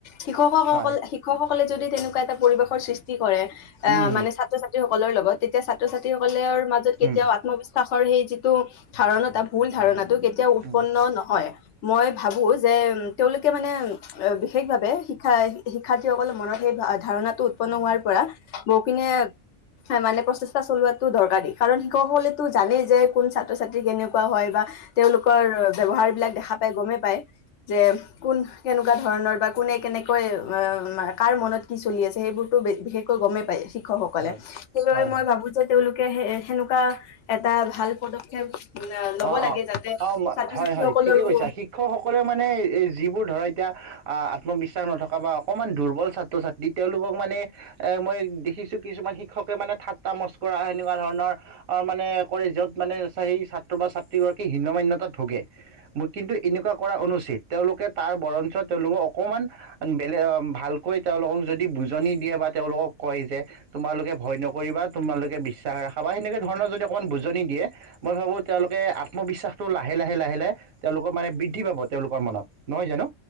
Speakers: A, on the left; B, on the right.
A: শিক্ষকসকল
B: হয়
A: শিক্ষকসকলে যদি তেনেকুৱা এটা পৰিৱেশৰ সৃষ্টি কৰে আহ
B: উম,
A: মানে ছাত্ৰ ছাত্ৰী। সকল লগত তেতিয়া ছাত্ৰ ছাত্ৰীসকলৰ মাজত কেতিয়াও
B: উম,
A: আত্মবিশ্বাসৰ সেই। ধাৰণা ভুল ধাৰণাটো কেতিয়াও উৎপন্ন
B: উম,
A: নহয়। মই ভাবো যে তেওঁলোকে মানে বিশেষভাৱে শিক্ষা শিক্ষাৰ্থীসকলৰ মনত সেই। ধাৰণা টো উৎপন্ন হোৱাৰ পৰা বহু খিনিয়ে মানে পছ চলোৱাটো দৰকাৰ কাৰণ শিক্ষকসকলে জানেই যে কোন ছাত্ৰ ছাত্ৰী কেনেকুৱা হয় বা তেওঁলোকৰ। ব্যৱহাৰ বিাক দেখা প গ যে ক কেনেকুৱা ধৰণৰ বা কোনে কেনেকৈ কাৰ মনত কি চলি আছে সেইবোৰতো বিশেষকৈ গমেই পায় শিক্ষকসকলে
B: হয়
A: সেই
B: হয় হয়।
A: মই ভ। তেওঁলোকে হে সেনেকুৱা এটা ভাল পদক্ষেপ ল'ব
B: অ', অ',
A: লাগে যাতে
B: অ'
A: ছাত্ৰ
B: হয়,
A: ছাত্ৰীসকলৰো
B: হয় ঠিকে কৈছা, শিক্ষকসকলে মানে যিবোৰ ধৰা এতিয়া আত্মবিশ্বাস নথকা বা অকণমান দুৰ্বল ছাত্ৰ ছাত্ৰী তেওঁলোকক মানে এ মই দেখিছোঁ, কিছুমান শিক্ষকে মানে ঠাট্টা মচকৰা সেনেকুৱা ধৰণৰ অ', মানে কৰে য'ত মানে চেই চাক বা ছাত্ৰীগৰাকী হিন্ন মান্যতাত ভোগে, কিন্তু এনেকুৱা কৰা অনুচিত তেওঁলোকে তাৰ বৰঞ্চত তেওঁলোকক অকমান বেলেগ ভালকৈ তেওঁলোকক যদি বুজনি দিয়ে বা, তেওঁলোকক কয় যে তোমালোকে ভয় নকৰিবা, তোমালোকে বিশ্বাস ৰাখা বা সেনেকে ধৰণৰ যদি অকণমান বুজনি দিয়ে মই ভাবোঁ তেওঁলোকে আত্মবিশ্বাসটো লাহে, লাহে, লাহে, লাহে তেওঁলোকৰ মানে বৃদ্ধি পাব তেওঁলোকৰ মনত, নহয় জানো?